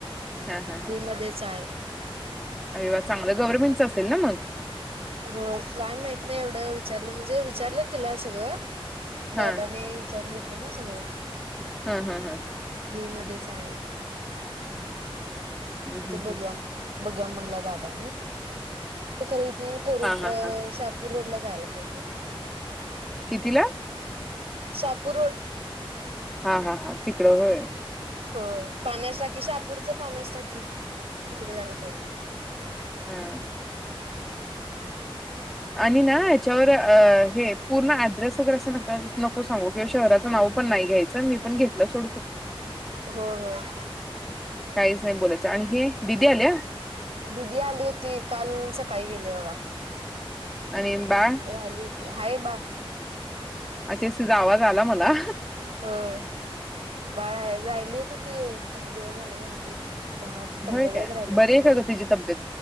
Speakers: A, in the centre; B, on the right.
A: हां हां
B: फ्री
A: हां
B: मध्येच आहे
A: अरे वा चांगलं गव्हर्नमेंटचं असेल ना मग!
B: हो काय माहित नाही एवढं विचारलं म्हणजे विचारलं तिला सगळं दादाने
A: हां
B: विचारून घेतलं ना सगळं.
A: हम् हम् हम्
B: फ्री मध्येच आहेत
A: हं, हं,
B: बघूया
A: हं.
B: बघूया म्हणल्या दादा खर हितून
A: हां हां हां
B: शहापूर रोड ला <inaudible> <unintelligible> पाहिजे
A: कितीला?
B: शहापू रोड
A: हा हा हा तिकडं होय हं
B: हो पाण्याचा शापूरच पाण्यासाठी तिकड झाला पाहिजे
A: हम्म आणि ना याच्यावर अ हे पूर्ण ऍड्रेस वगैरे अस नका नको सांगू किंवा शहराचं नाव पण नाही घ्यायच मी पण घेतलं सोड
B: हो हो
A: काहीच नाही बोलायचं आणि हे दिदी आल्या..
B: दिदी आली होती काल सकाळी गेले बघा..
A: आणि बाळ!
B: राहिली होती हाय बा
A: अच्छा त्याजा आवाज आला मला
B: होय बाळा राही राहिली होती ती दहा दिवस राहिली होती दहा पंधरा
A: होय काय
B: दिवस राहिले
A: बरी
B: होते
A: आहे का
B: हो
A: ग तिची तब्येत